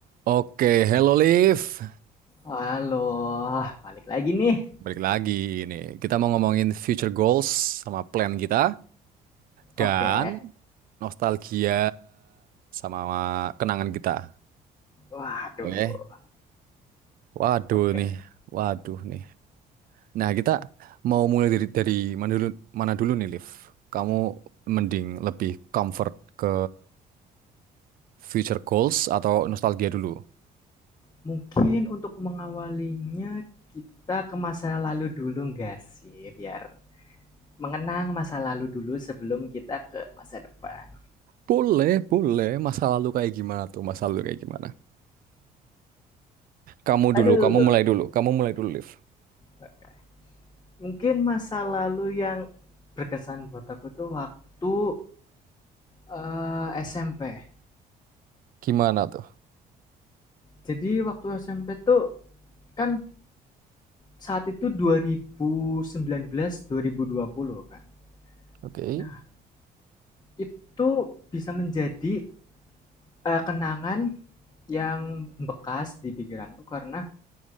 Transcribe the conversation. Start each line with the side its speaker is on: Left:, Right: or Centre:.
Right: Oke, hello Liv.
Left: Halo, balik lagi nih.
Right: Balik lagi ini. Kita mau ngomongin future goals sama plan kita dan
Left: Oke.
Right: nostalgia sama kenangan kita.
Left: Waduh,
Right: Oke. Waduh
Left: oke.
Right: nih. Waduh nih. Nah, kita mau mulai dari dari mana dulu mana dulu nih, Liv? Kamu mending lebih comfort ke future goals atau nostalgia dulu?
Left: Mungkin untuk mengawalinya kita ke masa lalu dulu nggak sih? Biar mengenang masa lalu dulu sebelum kita ke masa depan.
Right: Boleh, boleh. Masa lalu kayak gimana tuh? Masa lalu kayak gimana? Kamu
Left: Aduh,
Right: dulu, kamu mulai dulu. Kamu mulai dulu, Liv.
Left: oke. Mungkin masa lalu yang berkesan buat aku tuh waktu eh, SMP.
Right: Gimana tuh?
Left: Jadi waktu SMP tuh kan saat itu 2019 2020 kan.
Right: Oke,
Left: Nah, itu bisa menjadi eh, kenangan yang bekas di pikiranku karena